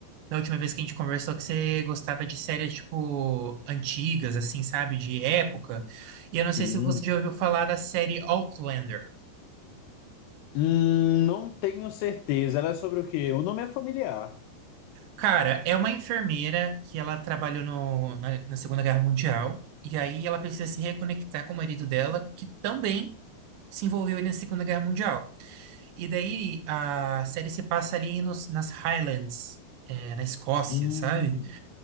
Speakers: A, on the right; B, on the left.
A: da última vez que a gente conversou que você gostava de séries tipo antigas, assim, sabe? De época. E eu não
B: sim.
A: sei se você já ouviu falar da série Outlander.
B: Hum, não tenho certeza. Ela é sobre o quê? O nome é familiar.
A: Cara, é uma enfermeira que ela trabalhou no- na na Segunda Guerra Mundial. E aí ela precisa se reconectar com o marido dela, que também se envolveu aí na Segunda Guerra Mundial. E daí a série se passa ali nos, nas Highlands, é, na Escócia,
B: Hum,
A: sabe?